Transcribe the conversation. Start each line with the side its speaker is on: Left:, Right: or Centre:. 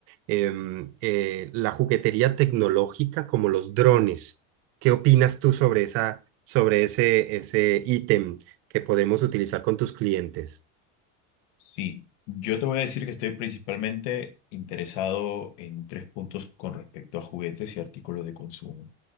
Right: Em, eh, la juguetería tecnológica como los drones. ¿Qué opinas tú sobre esa, sobre ese, ese ítem que podemos utilizar con tus clientes?
Left: Sí, yo te voy a decir que estoy principalmente interesado en tres puntos con respecto a juguetes y artículos de consumo.